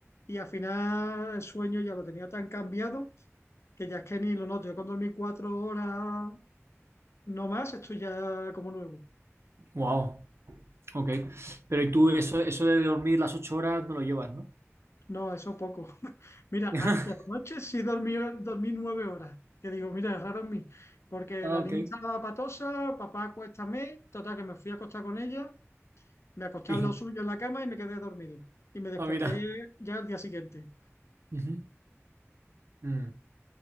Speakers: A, on the left (about 60°); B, on the right (about 55°).
A: Y al final el sueño ya lo tenía tan cambiado que ya es que ni lo noto. Yo con dormir cuatro horas no más, estoy ya como nuevo.
B: Wow, ok. Pero ¿y tú eso, eso de dormir las ocho horas no lo llevas, ¿no?
A: No, eso poco. <laughs> Mira,
B: <laughs>
A: antes anoche sí dormí, dormí nueve horas. Que digo, mira, es raro en mí. Porque
B: Ah,
A: la
B: ok.
A: niña estaba patosa, papá acuéstame, total que me fui a acostar con ella, me acosté
B: <laughs>
A: al lado suyo en la cama y me quedé dormido. Y me desperté
B: Ah, mira.
A: ya al día siguiente.
B: Ujú. Mm.